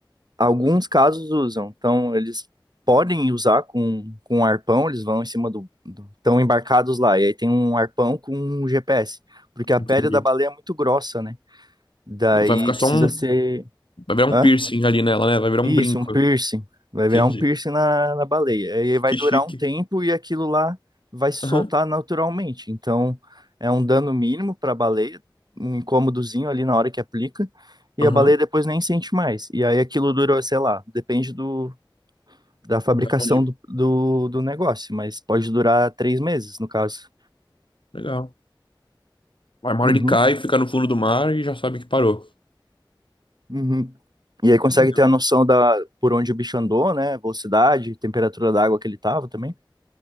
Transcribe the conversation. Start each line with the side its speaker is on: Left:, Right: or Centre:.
Right: Alguns casos usam, então eles podem usar com, com um arpão, eles vão em cima do, do. Estão embarcados lá, e aí tem um arpão com um GPS, porque a
Left: Entendi.
Right: pele da baleia é muito grossa, né? Daí
Left: Vai ficar só
Right: precisa
Left: um,
Right: ser.
Left: vai virar um
Right: Hã?
Left: piercing ali nela, né? Vai virar
Right: Isso,
Left: um brinco.
Right: um piercing. Vai
Left: Entendi.
Right: virar um piercing na, na baleia. Aí vai
Left: Que
Right: durar
Left: chique.
Right: um tempo e aquilo lá vai se soltar
Left: Aham.
Right: naturalmente. Então, é um dano mínimo para a baleia, um incômodozinho ali na hora que aplica, e
Left: Aham.
Right: a baleia depois nem sente mais. E aí aquilo dura, sei lá, depende do, da fabricação
Left: Vai onde?
Right: do, do, do negócio, mas pode durar três meses, no caso.
Left: Legal. Vai, uma
Right: Uhum,
Left: ele cai, fica no fundo do mar e já sabe que parou.
Right: uhum. E aí consegue
Left: Legal.
Right: ter a noção da por onde o bicho andou, né? Velocidade, temperatura da água que ele tava também.